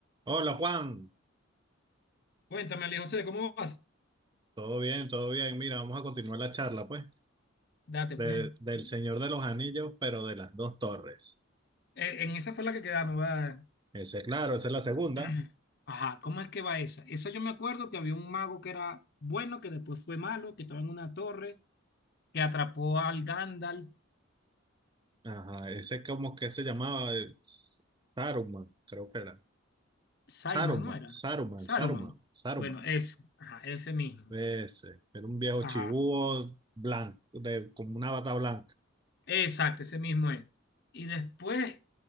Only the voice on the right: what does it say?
Hola Juan,
todo bien, todo bien. Mira, vamos a continuar la charla, pues,
de-
del
Señor de los Anillos, pero de las dos torres.
Ese, claro, esa es la segunda.
Ajá, ese como que se llamaba eh, Saruman, creo que era.
Saruman,
Saruman,
Saruman, Saruman.
Ese, era un viejo
chibúo blanco, de, como una bata blanca.